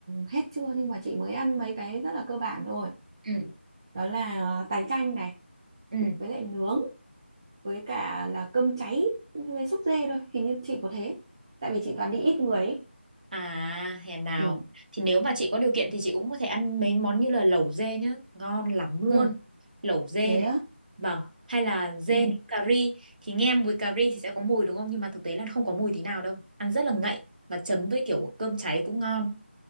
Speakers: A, on the right; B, on the right.
A: hết chưa nhưng mà chị mới ăn mấy cái rất là cơ bản thôi
B: Ừ,
A: đó là tái chanh này
B: ừ.
A: với lại nướng với cả là cơm cháy với xúc dê thôi hình như chị có thế tại vì chị toàn đi ít người ấy.
B: À, hèn nào.
A: ừ
B: Thì nếu mà chị có điều kiện thì chị cũng có thể ăn mấy món như là lẩu dê nhá, ngon lắm luôn.
A: ừ
B: Lẩu dê
A: thế
B: này.
A: á
B: Vâng, hay là dê
A: ừ
B: nấu cà ri thì nghe mùi cà ri thì sẽ có mùi đúng không? Nhưng mà thực tế là không có mùi tí nào đâu. Ăn rất là ngậy và chấm với kiểu cơm cháy cũng ngon.